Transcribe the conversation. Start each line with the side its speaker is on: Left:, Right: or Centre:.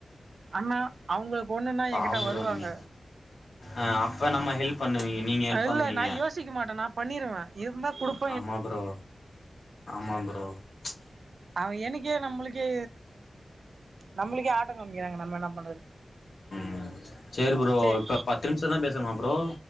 Right: அண்ணா அவங்களுக்கு ஒண்ணுன்னா
Left: பாவம்
Right: என்கிட்ட
Left: ப்ரோ
Right: வருவாங்க
Left: நீங்க ஆ அப்ப நம்ம ஹெல்ப் பண்ணுவீங்க நீங்க ஹெல்ப்
Right: அதுயில்ல
Left: பண்ணுவீங்க
Right: நா யோசிக்க மாட்டேன் நா பண்ணிருவே இருந்தா குடுப்
Left: ஆமா ப்ரோ ஆமா ப்ரோ ம்ச்
Right: அவ எனக்கே நம்மளுக்கே நம்மளுக்கே ஆட்ட காம்பிக்கிறாங்க நம்ம என்ன பண்றது
Left: ம் செரி ப்ரோ
Right: சரி
Left: இப்ப பத்து நிமிஷம் தா பேசணுமா ப்ரோ